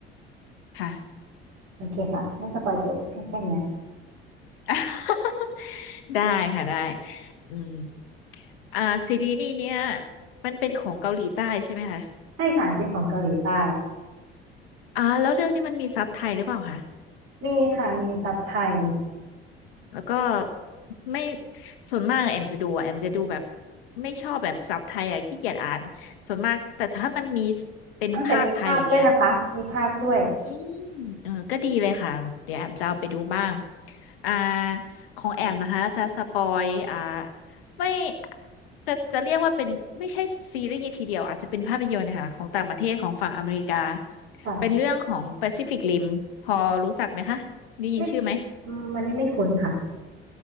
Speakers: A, on the left; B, on the right.
A: ค่ะ
B: โอเคค่ะไม่สปอยจบให้แค่เนี้ย
A: <laughs> ได้ค่ะได้อืมอ่าซีรีส์นี้เนี่ยมันเป็นของเกาหลีใต้ใช่ไหมคะ
B: ใช่ค่ะเป็นของเกาหลีใต้
A: อ่าแล้วเรื่องนี้มันมีซับไทยหรือเปล่าคะ
B: มีค่ะมีซับไทย
A: แล้วก็ไม่ ส่วนมากแอมจะดูอะแอมจะดูแบบไม่ชอบแบบซับไทยอ่ะขี้เกียจอ่านส่วนมาก แต่ถ้ามันมีเป็นภาคไทยอย่างเงี้ย
B: กงแต่มีภาคด้วยนะคะมีภาคด้วย
A: อืมเออก็ดีเลยค่ะ เดี๋ยวแอมจะเอาไปดูบ้างอ่าของแอมนะคะ จะสปอยอ่าไม่จะจะเรียกว่าเป็นไม่ใช่ซีรีส์ทีเดียว อาจจะเป็นภาพยนตร์นะคะของต่างประเทศของฝั่งอเมริกา
B: ค่ะ
A: เป็นเรื่องของ Pacific Rim พอรู้จักไหมคะได้ยินชื่อไหม
B: ไม่อืมอันนี้ไม่คุ้นค่ะ